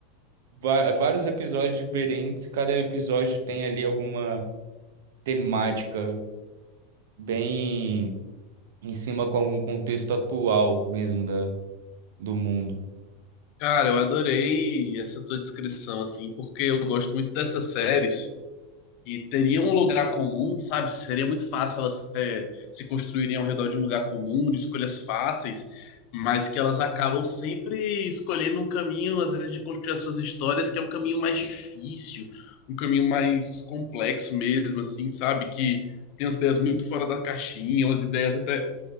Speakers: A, on the right (about 60°); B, on the left (about 50°).
A: va- vários episódios diferentes, cada episódio tem ali alguma temática bem em cima com algum contexto atual mesmo da, do mundo.
B: Cara, eu adorei essa tua descrição, assim, porque eu gosto muito dessas séries. E teria um lugar comum, sabe? Seria muito fácil elas eh, se construírem ao redor de um lugar comum, de escolhas fáceis, mas que elas acabam sempre escolhendo um caminho, às vezes, de construir as suas histórias, que é um caminho mais difícil, um caminho mais complexo mesmo, assim, sabe? Que tem umas ideias muito fora da caixinha, umas ideias até